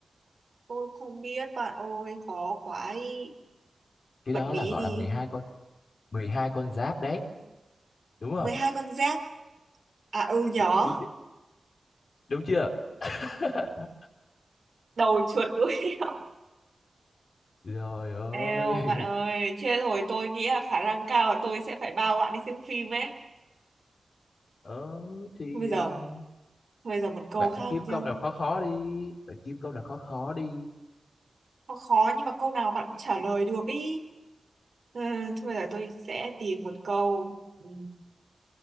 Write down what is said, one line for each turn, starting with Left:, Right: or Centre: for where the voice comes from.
Right: tôi không biết bạn ơi khó quá ý.
Left: cái
Right: Bật
Left: đó
Right: mí
Left: là gọi
Right: đi
Left: là mười hai con 12 con giáp đấy, đúng không?
Right: mười hai con giáp à ừ nhỏ
Left: Đúng, đúng chưa? Đúng chưa? <laughs>
Right: đầu chuột đuôi <laughs> heo.
Left: Rồi ơi.
Right: Eo bạn ơi chết rồi tôi nghĩ là khả năng cao là tôi sẽ phải bao bạn đi xem phim ấy
Left: Ờ thì
Right: Thôi bây giờ
Left: um,
Right: thôi bây giờ một câu
Left: bạn
Right: khác
Left: kiếm
Right: nhá
Left: câu nào khó khó đi, bạn kiếm câu nào khó khó đi.
Right: khó khó nhưng mà câu nào bạn cũng trả lời được ý ừ, thôi bây giờ tôi sẽ tìm một câu ừ.